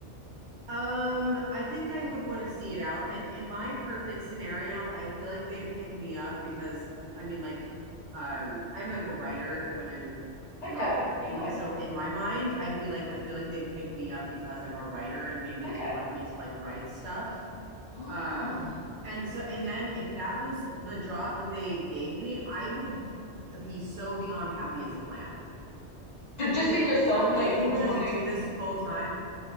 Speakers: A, on the right; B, on the left.
A: um i think i would want to see it out and in my perfect scenario i feel like they'd pick me up because um, i mean like um i'm like a writer when i'm
B: okay
A: not working
B: nice
A: so in my mind i'd be like i feel like they'd pick me up because i'm a writer and maybe
B: okay
A: they'd want me to like write stuff
B: oh
A: Um, and so, and then if that was the job that they gave me, I would be so beyond happy as a clam.
B: just
A: I'd be
B: in
A: like,
B: yourself
A: you're telling
B: though
A: me I
B: you
A: can
B: wouldn't
A: just
B: want to
A: do this full time?